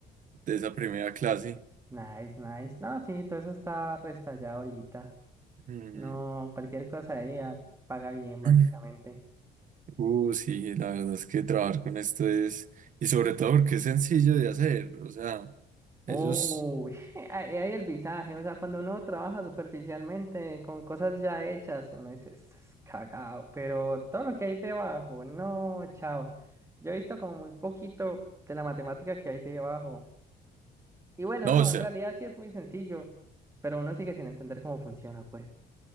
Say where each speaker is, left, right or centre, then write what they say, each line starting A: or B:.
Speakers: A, on the right (about 50°); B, on the right (about 15°).
A: de esa primera clase.
B: Nice, nice. No, sí, todo eso está restallado ahorita.
A: Mm.
B: No, cualquier cosa ahí ah, paga bien, básicamente.
A: <clears throat> Uh, sí, la verdad es que trabajar con esto es, y sobre todo porque es sencillo de hacer, o sea, ellos,
B: Oh, <laughs> ahí hay el visaje. O sea, cuando uno trabaja superficialmente con cosas ya hechas, uno dice, esto es cagado. Pero todo lo que hay debajo, no, chao. Yo he visto como muy poquito de la matemática que hay debajo. Y bueno,
A: no,
B: no,
A: o sea,
B: en realidad sí es muy sencillo, pero uno sigue sin entender cómo funciona, pues.